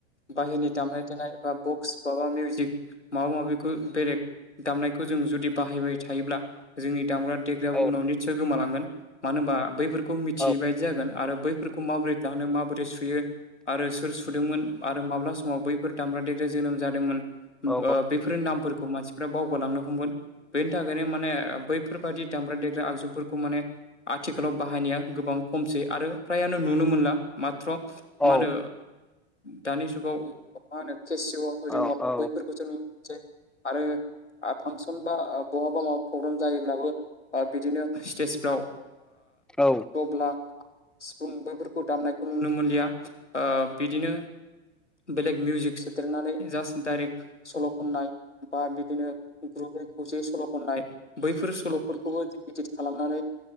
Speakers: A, on the left; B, in the centre.
A: बाहेरनि दामनाय देनाय बा बक्स माबा मिउजिक माबा माबिखौ बेलेग दामनायखौ जों जुदि बाहायबाय थायोब्ला जोंनि दामग्रा देग्रायाबो
B: औ
A: जायो उनाव निस्सय गोमालांगोन मानो होनबा बैफोरखौ खौ मिथियै
B: औ
A: बायदि जागोन आरो बैफोरखौ माबोरै दानो माबोरै सुयो आरो सोर सुदोंमोन आरो माब्ला समाव बैफोर दामब्रा देग्रा जोनोम जादोंमोन बेफोर
B: औ
A: बेफोर नामफोरखौ मानसिफ्रा बावगालांनो हमगोन। बेनि थाखायनो माने बैफोरबादि दामग्रा देग्रा आगजुफोरखौ माने आथिखालाव बाहायनाया गोबां खमसै आरो फ्रायानो नुनो मोनला माथ्र
B: औ
A: मा होनो दानि जुगाव मा होनो केसिअ'
B: औ-औ
A: खौसो नुनोसै आरो फांसन बा बहाबा मा प्रग्राम जायोब्लाबो बिदिनो स्टेजफ्राव
B: औ
A: दब्ला, सिफुं बेफोरखौ दामनायखौ नुनो मोनलिया बिदिनो बेलेग मिउजिक सोदेरनानै जास्ट डाइरेक्ट सल' खननाय बा बिदिनो ग्रुुबै खौसेै सल' खननाय बैफोर सल'फोरखौबो इदित खालामनानै